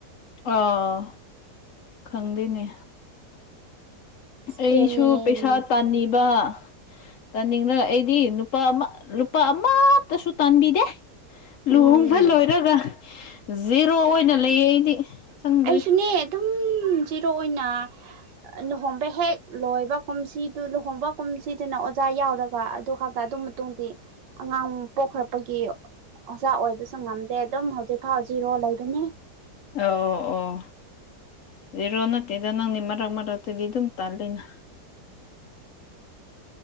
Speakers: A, on the left (about 60°); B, on the right (about 90°).
A: ꯑꯥ ꯈꯪꯗꯦꯅꯦ
B: ꯏꯁꯀꯦꯝꯅꯦꯅ
A: ꯑꯩꯁꯨ ꯄꯩꯁꯥ ꯇꯥꯟꯅꯤꯕ ꯇꯥꯅꯤꯡꯅ ꯑꯩꯗꯤ ꯅꯨꯄꯥ ꯑꯃ ꯂꯨꯄꯥ ꯑꯃꯠꯇꯁꯨ ꯇꯥꯟꯕꯤꯗꯦ ꯂꯨꯍꯣꯡꯕ
B: ꯎꯝ
A: ꯂꯣꯏꯔꯒ ꯖꯦꯔꯣ ꯑꯣꯏꯅ ꯂꯩꯌꯦ ꯑꯩꯗꯤ ꯈꯪꯗ꯭ꯔꯤ
B: ꯑꯩꯁꯨꯅꯦ ꯑꯗꯨꯝ ꯖꯔꯣ ꯑꯣꯏꯅ ꯂꯨꯍꯣꯡꯕ ꯍꯦꯛ ꯂꯣꯏꯕ ꯀꯨꯝꯁꯤꯗꯨ ꯂꯨꯍꯣꯡꯕ ꯀꯨꯝꯁꯤꯗꯨꯅ ꯑꯣꯖꯥ ꯌꯥꯎꯔꯒ ꯑꯗꯨ ꯑꯗꯨ ꯃꯇꯨꯡꯗꯤ ꯑꯉꯥꯡ ꯄꯣꯛꯈ꯭ꯔ ꯑꯣꯏꯒꯤ ꯑꯣꯖꯥ ꯑꯣꯏꯕꯁꯨ ꯉꯝꯗꯦ ꯑꯗꯨꯝ ꯍꯧꯖꯤꯛꯐꯥꯎ ꯖꯤꯔꯣ ꯂꯩꯕꯅꯤ
A: ꯑꯣ ꯑꯣ ꯑꯣ ꯖꯤꯔꯣ ꯅꯠꯇꯦꯗ ꯅꯪꯗꯤ‌ ꯃꯔꯛ ꯃꯔꯛ ꯗꯤ ꯑꯗꯨꯝ ꯇꯥꯂꯦꯅ